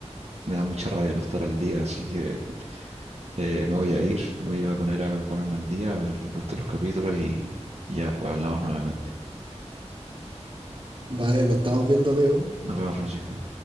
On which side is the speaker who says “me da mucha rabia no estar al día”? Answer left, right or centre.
Right